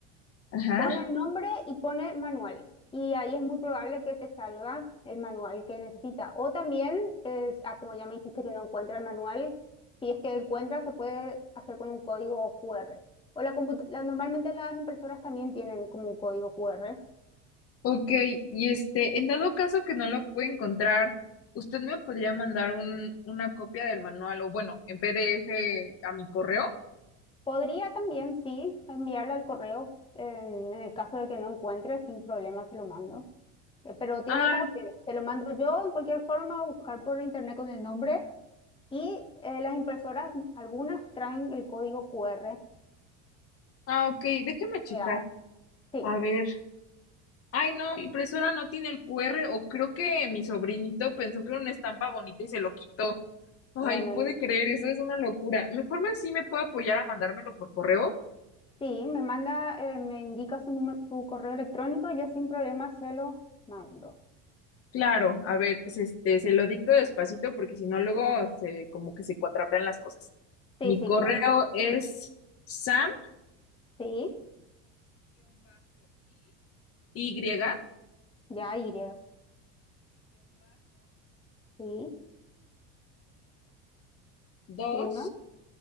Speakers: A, on the left; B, on the left.
A: Ajá.
B: Pone el nombre y pone manual. Y ahí es muy probable que te salga el manual que necesita. O también, es, ah, como ya me dijiste que no encuentra el manual, si es que encuentra, se puede hacer con un código QR. O la computa- la- normalmente las impresoras también tienen como un código QR.
A: Ok, y este, en dado caso que no lo pueda encontrar, ¿usted me podría mandar un, una copia del manual o bueno, en PDF a mi correo?
B: Podría también, sí, enviarle al correo en, en el caso de que no encuentre, sin problema se lo mando. Eh, Pero tiene
A: Ah,
B: esas opciones. Te lo mando yo, en cualquier forma, o buscar por internet con el nombre Y eh, las impresoras, algunas traen el código QR
A: ah, ok, déjeme checar.
B: pegada. Sí,
A: A ver. Ay, no, mi impresora no tiene el QR o creo que mi sobrinito pensó que era una estampa bonita y se lo quitó. Ay,
B: bueno,
A: puede
B: n-
A: creer, eso es una locura. Mejor me sí me puedo apoyar a mandármelo por correo.
B: sí, me manda, eh, me indica su número, su correo electrónico, yo sin problema se lo mando.
A: Claro, a ver, se- este, se lo dicto despacito porque si no luego se como que se cuatrapean las cosas.
B: Sí,
A: Mi
B: sí,
A: correo
B: claro.
A: es sam-i
B: Sí,
A: y-1
B: ya, Y, sí,
A: 2
B: uno,